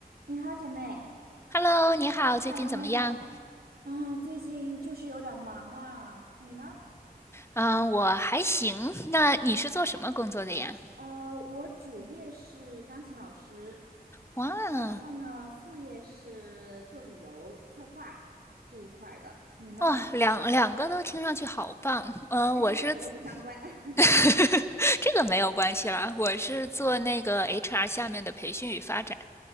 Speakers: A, on the right; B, on the left.
A: 你好，姐妹
B: Hello，你好，最近怎么样？
A: 好呀，你好呀。啊，最近就是有点儿忙啊，你呢？
B: 嗯、我还行。那你是做什么工作的呀？
A: 呃，我主业是钢琴老师，
B: 哇，
A: 然后呢，副业是做旅游策划这一块儿的，你呢？
B: 哇，两两个都听上去好棒。嗯、
A: 还是两个都不相关？
B: 我是
A: <laughs>
B: <laughs> 这个没有关系啦，我是做那个 HR 下面的培训与发展。